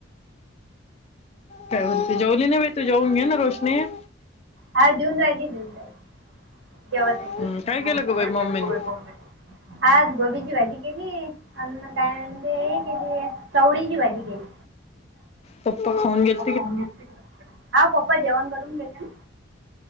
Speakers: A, on the left; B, on the right.
A: काय म्हणते जेवली नाही बाई तू जेवून घे ना रोशनी
B: हा जेऊन राहिली जेऊन राहिली जेवत आहे
A: हम्म
B: जेवत
A: काय केलं ग बाई
B: आहे,
A: मम्मीने?
B: हा आज गोबीची भाजी केली अन् काय म्हणजे हे केली, चवळीची भाजी केली.
A: पप्पा खाऊन गेल
B: हा पप्पा जेवण करून गेले ना.